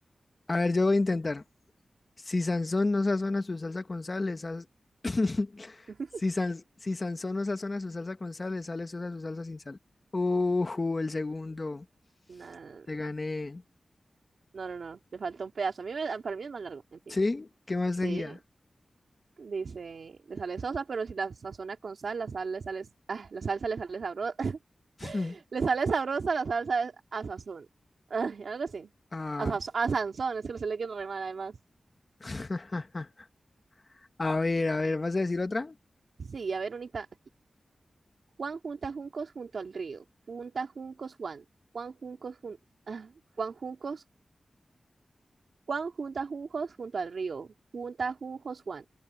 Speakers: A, on the left; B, on the right.
A: a ver, yo voy a intentar. Si Sansón no sazona su salsa con sal, le saz- <coughs> <laughs>
B: <laughs>
A: si, Sans- si Sansón no sazona su salsa con sal, le sale sosa su salsa sin sal. Ujú, el segundo.
B: No,
A: Te
B: no,
A: gané.
B: no, no, no, le falta un pedazo. A mí me- para mí es más largo, en fin.
A: ¿Sí? ¿Qué más
B: Sí,
A: seguía?
B: dice, le sale sosa, pero si la sazona con sal, la sal le sale, ah, la salsa le sale sabrosa,
A: <laughs>
B: <laughs> le sale sabrosa, la salsa de a sazón. Ay, algo así.
A: Ah,
B: A, saz- a Sansón, es que lo estoy leyendo re mal además.
A: <laughs> a ver, a ver, ¿vas a decir otra?
B: Sí, a ver, unita, Juan junta juncos junto al río. Junta juncos Juan. Juan juncos jun- ah, Juan juncos. Juan junta juncos junto al río. Junta juncos Juan.